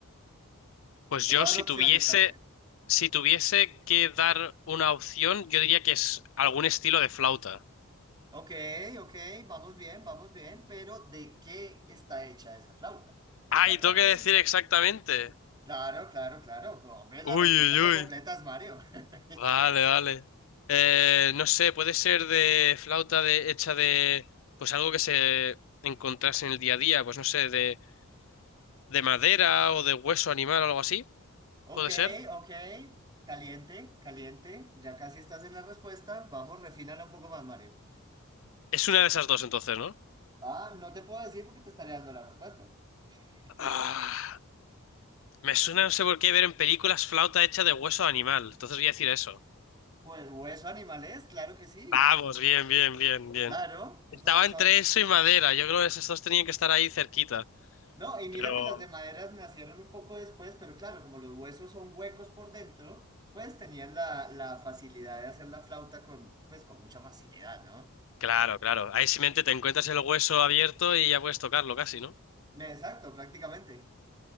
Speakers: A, on the left; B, on the right.
A: Pues
B: Te
A: yo,
B: puedo
A: si
B: dar opciones
A: tuviese,
B: también.
A: si tuviese que dar una opción, yo diría que es algún estilo de flauta.
B: Ok, ok, vamos bien, vamos bien, pero ¿de qué está hecha esa flauta? Es
A: ¡Ay,
B: la gran
A: tengo que
B: pregunta.
A: decir exactamente!
B: Claro, claro, claro. Hombre, las
A: Uy,
B: respuestas
A: uy,
B: son
A: uy.
B: completas, Mario. <laughs>
A: Vale, vale. Eh, no sé, puede ser de flauta de, hecha de, pues algo que se encontrase en el día a día, pues no sé, de, de madera o de hueso animal o algo así.
B: Ok,
A: ¿Puede ser?
B: ok. Caliente, caliente. Ya casi estás en la respuesta. Vamos, refínala un poco más, Mario.
A: Es una de esas dos entonces, ¿no?
B: Ah, no te puedo decir porque te estaré dando la respuesta. <laughs>
A: Ah. Me suena, no sé por qué, ver en películas flauta hecha de hueso de animal. Entonces voy a decir eso.
B: Pues hueso animal es, claro que sí.
A: Vamos, bien, bien, bien, bien.
B: Claro,
A: Estaba
B: pues
A: entre
B: son... eh,
A: eso y madera. Yo creo que esos dos tenían que estar ahí cerquita.
B: No, y mira
A: Pero,
B: que las de maderas nacieron un poco después, pero claro, como los huesos son huecos por dentro, pues tenían la, la facilidad de hacer la flauta con, pues, con mucha facilidad, ¿no?
A: claro, claro. Ahí simplemente te encuentras el hueso abierto y ya puedes tocarlo casi, ¿no?
B: <laughs> Exacto, prácticamente.